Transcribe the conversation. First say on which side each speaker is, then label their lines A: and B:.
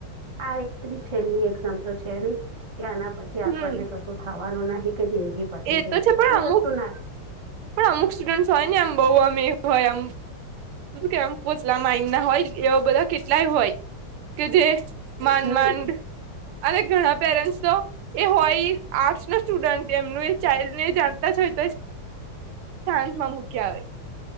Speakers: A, on the right; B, on the right.
A: આ એક છેલ્લી એક એક્ઝામ તો છે નહી કે આના પછી કે આપણને
B: હમ
A: કશું થવાનું નહી કે જિંદગી પતી
B: એ
A: ગઈ
B: તો
A: છે
B: પણ
A: એ વસ્તુ
B: અમુક
A: ના
B: પણ અમુક સ્ટુડન્ટ્ હોય ને એમ બહુ આમ એવું હોય એમ હું કેમ પોચલા માઈન્ડ ના હોય એવા બધા કેટલાય હોય કે જે માંડ
A: હમ
B: માંડ અને ઘણા પેરેન્ટ્સ તો એ હોય આર્ટસ નું સ્ટુડન્ટ એમનું ચઇલ્ડ ને જાણતા જ હોય તો શાંત માં મૂકી આવે